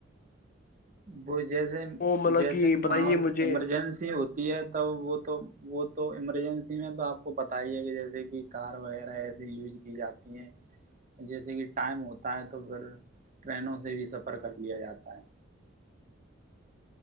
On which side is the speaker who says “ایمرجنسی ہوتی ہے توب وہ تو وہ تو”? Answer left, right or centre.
Right